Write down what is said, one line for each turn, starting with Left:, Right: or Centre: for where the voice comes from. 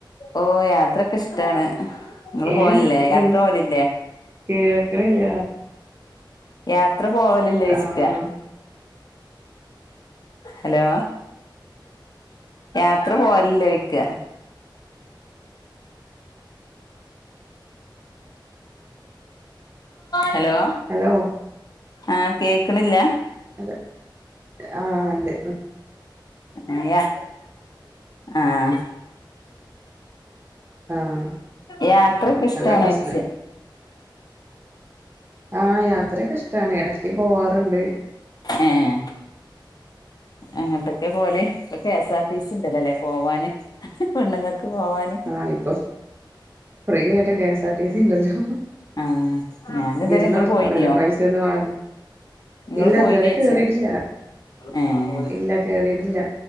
Left: ഓ യാത്രൊക്കെ ഇഷ്ടാണ് ങ്ങള്
Right: ഏഹ്
Left: പോഅല്ലേ യാത്ര
Right: എൻ
Left: പോവലില്ലേ
Right: കേൾക്ക്ണില്ല
Left: യാത്ര പോവലല്ലേ
Right: ആഹ്
Left: സ്ക ഹലോ യാത്ര പോവല്ലേയ്ക്ക ഹലോ
Right: ഹലോ
Left: ആഹ് കേക്ണില്ല
Right: അല്ല ആഹ് ഒണ്ട്
Left: അയാ ആഹ്
Right: ആഹ്
Left: യാത്രക്കെ ഇഷ്ട്ടാണോയ്ച്ച
Right: അതാ പ്രശ്നം ആഹ് യാത്രക്കെ ഇഷ്ടാണ് ഇടക്ക് പോവാറുണ്ട്.
Left: ഏഹ് എങ്ങട്ടൊക്കെ പോവല് ഇപ്പൊ കെ എസ് ആർ ടിസി ണ്ടല്ലോല്ലേ പോവാന് പെണ്ണുങ്ങക്ക് പോവാൻ
Right: ആഹ് ഇപ്പൊ ഫ്രീ ആയിട്ട് K S R T C ണ്ടല്ലോ
Left: ആഹ് ഞാനിതുവരെ
Right: ഇരുന്ന്
Left: ഇങ്ങള്
Right: കൊടുത്ത
Left: പോയിനിയോ
Right: മതിയല്ലോ പൈസ ഒന്നും വെ
Left: ഇങ്ങള്
Right: ഇല്ല
Left: പോയിനോയ്ച്ച
Right: ഇതുവരെ കേറിട്ടില്ല
Left: ഏഹ്
Right: ഇല്ല കേറിയിട്ടില്ല